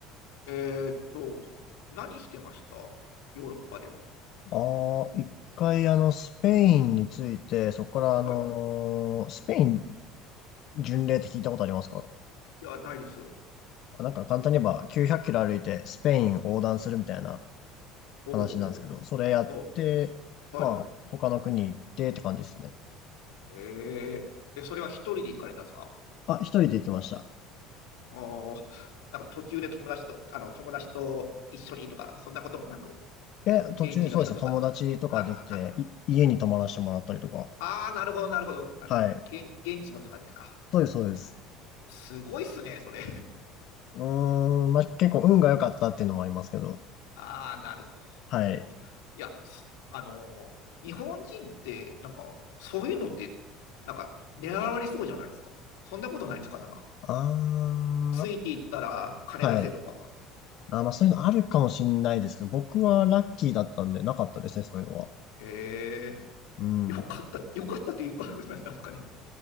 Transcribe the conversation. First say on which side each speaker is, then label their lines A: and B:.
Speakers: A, on the left; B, on the left.
A: えーっと、何してましたヨーロッパでは。
B: ああ、一回あの、スペインについて、そこからあのースペイン
A: はい。い
B: 巡礼って聞いたことありますか
A: や、ないです。
B: あなんか簡単に言えば900キロ歩いてスペイン横断するみたいな
A: ほうほうほう。
B: 話なんですけど、それやって、
A: ほうはい。
B: まあ他の国行ってって感じですね。
A: えー、え、それは一人で行かれたんですか
B: あ、一人で行きました。
A: おーなんか途中で友達と、あの、友達と一緒にとか、そんなこともなく、
B: え、途中そうですね、
A: 現地の人とか、
B: 友達とかできて、
A: あ、は
B: い家に泊まらせてもらったりとか。
A: あー、なるほど、なるほど。あの、
B: はい。
A: 現、現地のって感じですか。
B: そうです、そうです。
A: すごいっすね、それ。
B: うーん、まあ結構運が良かったっていうのもありますけど。
A: あー、なるほ
B: はい。
A: ど。いや、すあのー、日本人って、なんか、そういうのって、なんか、狙われそうじゃないですか。そんなことないですか、なんか。
B: あー、
A: ついていったら金出せとか。
B: はい。あー、まあそういうのあるかもしんないですけど、僕はラッキーだったんでなかったですね、そういうのは。
A: へえ、
B: うん。
A: よかった、よかったというか、<laughs> なんですかね。